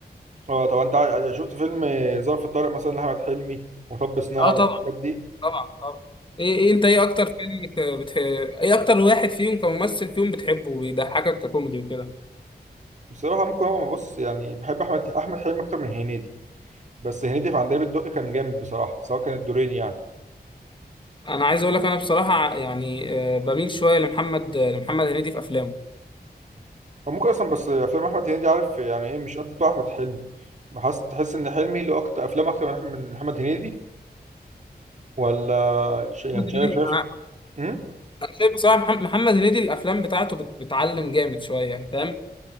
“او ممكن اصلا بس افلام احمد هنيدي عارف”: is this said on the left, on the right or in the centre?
Right